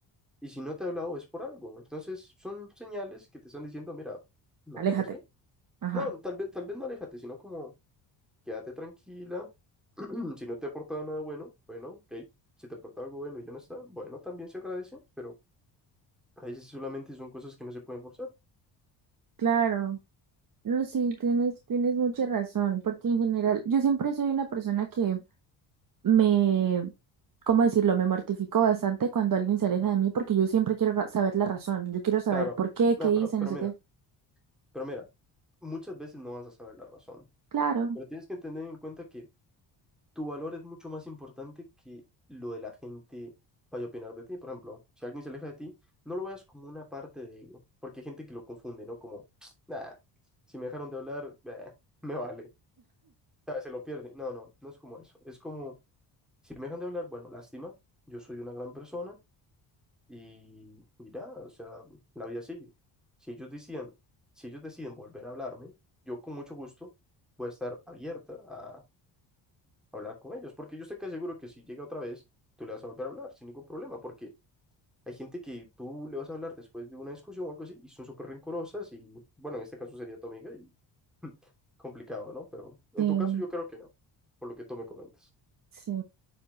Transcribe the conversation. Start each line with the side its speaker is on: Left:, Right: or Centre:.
Centre: Y si no te ha hablado es por algo. Entonces son señales que te están diciendo, mira, no
Right: Aléjate.
Centre: vuelvas ahí.
Right: Ajá,
Centre: No, tal vez, tal vez no aléjate, sino como quédate tranquila. <clears throat> Si no te ha aportado nada bueno, bueno, ok. Si te aporta algo bueno y ya no está, bueno, también se agradece, pero a veces solamente son cosas que no se pueden forzar.
Right: claro. No, sí, tienes, tienes mucha razón, porque en general yo siempre soy una persona que me, ¿cómo decirlo? Me mortifico bastante cuando alguien se aleja de mí porque yo siempre quiero ra- saber la razón. Yo quiero saber
Centre: Claro,
Right: por qué,
Centre: no,
Right: qué
Centre: pero,
Right: hice,
Centre: pero
Right: no sé
Centre: mira,
Right: qué.
Centre: pero mira, muchas veces no vas a saber la razón,
Right: Claro,
Centre: pero tienes que tener en cuenta que tu valor es mucho más importante que lo de la gente vaya a opinar de ti. Por ejemplo, si alguien se aleja de ti, no lo veas como una parte de ego, porque hay gente que lo confunde, ¿no? Como, <tsk> nada, si me dejaron de hablar, eh, me vale. sea, se lo pierde. No, no, no es como eso. Es como, si me dejan de hablar, bueno, lástima, yo soy una gran persona y, y ya, o sea, la vida sigue. Si ellos decían, si ellos deciden volver a hablarme, yo con mucho gusto voy a estar abierta a hablar con ellos, porque yo sé que seguro que si llega otra vez, tú le vas a volver a hablar sin ningún problema, porque hay gente que tú le vas a hablar después de una discusión o algo así y son súper rencorosas y, bueno, en este caso sería tu amiga y complicado, ¿no? Pero en
Right: sí,
Centre: tu caso yo creo que no, por lo que tú me comentas.
Right: sí.